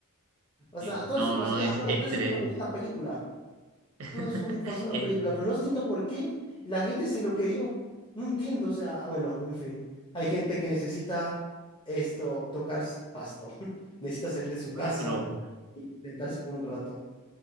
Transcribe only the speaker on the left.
O
sea, todo
eso pasó.
eh,
aparte,
todo eso
fue una bendita película
todo eso pasó en una
película, pero no entiendo por qué la gente se lo creyó. No entiendo, o sea, ah, bueno, en fin. Hay gente que necesita esto, tocar s- pasto, <laughs> necesita salir de su casa
y tentarse por un rato.